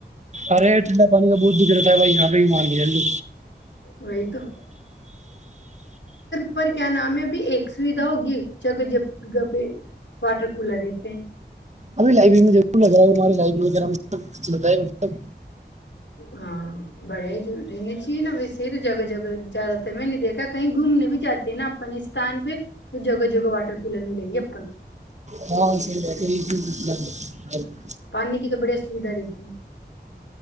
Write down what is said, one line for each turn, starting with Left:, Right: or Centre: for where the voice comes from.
Right: ارے ٹنڈا پانی کا بہت دک رہتا ہے بھائی یہاں پہ بھی مان کے چلو
Left: وہی تو پر کیا نام ہے ابھی ایک سویدھا ہوگی جب گھر پہ واٹر کولر رہتے ہیں
Right: ابھی لائبریری میں ضرور لگ رہا ہے ہمارے لائبریری وغیرہ مب مطلب
Left: ہاں بڑے ہی جو رہنے چاہیے نا ویسے جگہ جگہ زیادہ تر میں نے دیکھا کہیں گھومنے بھی جاتے ہیں نہ اپ پنستان پہ تو ج پر جب واٹر کولیر ملے گی جب
Right: ہاں صحیح بات ہے <unintelligible>
Left: پانی کی تو بڑی اسویدھا رہتی ہے